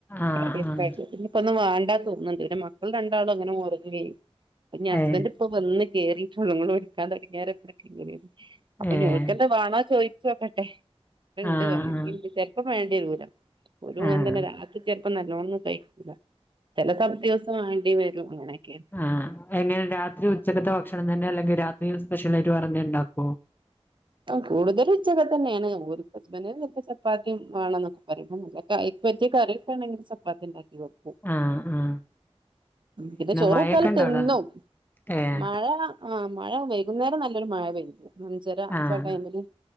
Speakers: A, on the left (about 20°); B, on the right (about 50°).
A: ആഹ്
B: അത
A: ആഹ്
B: വേണ്ടാന്ന് തോന്നുന്നുണ്ട് എന്റെ മക്കൾ രണ്ടാളും അങ്ങനെ മുറുകയും ഹസ്ബന്റ്
A: ഏഹ്
B: ഇപ്പൊ വന്ന് കേറി <unintelligible> അപ്പൊ
A: ഏഹ്
B: ഞങ്ങൾക്കെന്താ വേണാ ചോയി ച്ചെക്കട്ടെ ഉണ്ട്
A: ആഹ്
B: വേണങ്കി
A: ആഹ്
B: ചെൽപ്പ വേണ്ടേ ദൂരം ഒരുങ്ങ
A: ആഹ്
B: അന്തൻ്റ രാത്രിക്ക ഇപ്പ നല്ലോന്നും കഴിക്കില്ല ചെല <unintelligible> <unintelligible>
A: ആഹ എങ്ങനെ രാത്രി ഉച്ചക്കത്തെ ഭക്ഷണം തന്നെ അല്ലെങ്കി രാ ത്രിയിൽ സ്പെഷ്യലായിട്ട് വേറെന്തേം ഇണ്ടാക്കോ?
B: കൂടുതലും ഉച്ചക്കത്തെന്നാണ്. ഓര് ഹസ്ബന്റിനൊക്കെ ചപ്പാത്തിം വാണന്നൊക്കെ പറയും. അയ്ക്ക് പറ്റിയ കറിയൊക്കെ ഇന്ടെങ്കില് ചപ്പാത്തി ഇണ്ടാക്കും.
A: ആഹ് ആഹ്
B: പിന്നെ ചോറൊട്ത്താലും
A: മഴയൊക്കെ ഉണ്ടോ
B: തിന്നും.
A: അവിടെ ഏഹ്
B: മഴ ആഹ് മഴ വൈകുന്നേരം നല്ലൊരു മഴ പെയ്തു. അഞ്ചരാ
A: ആഹ്
B: ക്കാ ടൈമ് ല്